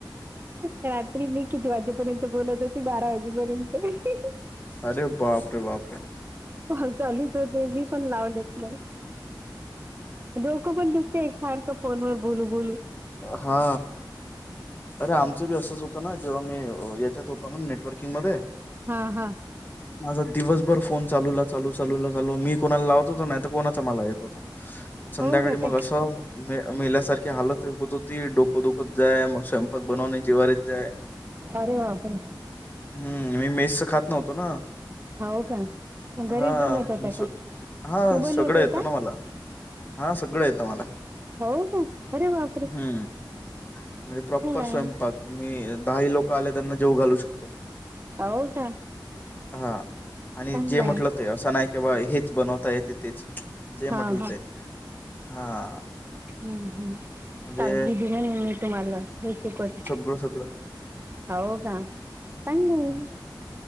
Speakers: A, on the right; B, on the left.
A: रात्री मी किती वाजेपर्यंत बोलत होती? बारा वाजेपर्यंत ह ह.
B: अरे बापरे बापरे.
A: कॉल चालूच होते, मी पण लावलेत नाही. डोक पण दुखतेय सारखं फोनवर बोलू बोलून.
B: हा अरे आमचं बी असंच होतं ना, जेव्हा मी याच्यात होत म्हणून नेटवर्किंग मध्ये.
A: हा हा
B: माझा दिवसभर फोन चालूला चालू, चालूला चालू मी कोणाला लावत होतो नाही तर कोणाचा मला येत होता. संध्याकाळी
A: हो का ताई
B: मग असं मे-मेल्यासारखी हालत होत होत ती डोकं दुखत जाय, मग स्वयंपाक बनवनं जिवावर येत जाय.
A: अरे बापरे
B: हम्म मी मेसच खात नव्हतो ना.
A: हो का? घरीच
B: हा
A: बनवत होता
B: मी स्व-
A: का?
B: हा
A: तू बनवतोय
B: सगळं येतं
A: काय?
B: ना मला हा सगळं येतं मला.
A: हो का? अरे वा.
B: हम्म. म्हणजे प्रॉपर
A: आहे
B: स्वयंपाक मी दहाही लोक आले त्यांना जेव घालू शकतो.
A: हो का
B: हा आणि
A: चांगला
B: जे म्हटलं
A: आहे.
B: ते असं नाही क बा हेच बनवता येत तेच, जे
A: हा
B: म्हटल
A: हा.
B: ते हा.
A: हम्म हम्म.
B: म्हणजे
A: चाल बी दिन मी तुम्हाला हे शिकवत.
B: गळं सगळं.
A: हो का चागलय
B: हम्म.